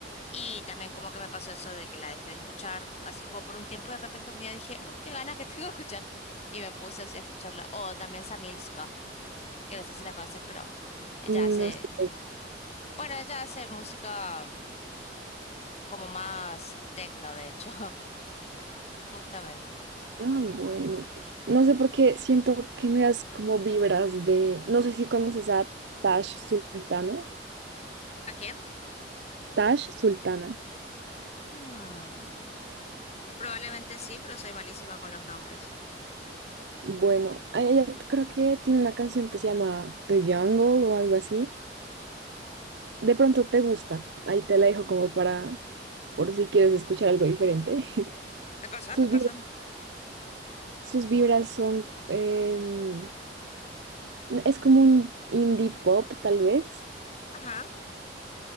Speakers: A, on the left; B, on the right.
A: y también como que me pasó eso de que la dejé de escuchar así como por un tiempo y de repente un día dije, uy, qué ganas que <laughs> tengo de escuchar y me puse así a escucharla. O también Samilska, que no sé si la conoces, pero ella
B: No
A: hace,
B: sé.
A: bueno, ella hace música... mm, como más tecno, de hecho, <laughs> justamente.
B: Ah, bueno. No sé por qué siento que me das como vibras de. No sé si conoces a Tash Sultana.
A: ¿A quién?
B: Tash Sultana.
A: Hmm, Probablemente sí, pero soy malísima con los nombres.
B: Bueno, a ella creo que tiene una canción que se llama The Jungle o algo así. de pronto te gusta. Ahí te la dejo como para, por si quieres escuchar algo diferente. <laughs>
A: Eh, Pásame,
B: Sus vibras,
A: pásame.
B: sus vibras son, em, es como un indie pop, tal vez.
A: Ajá.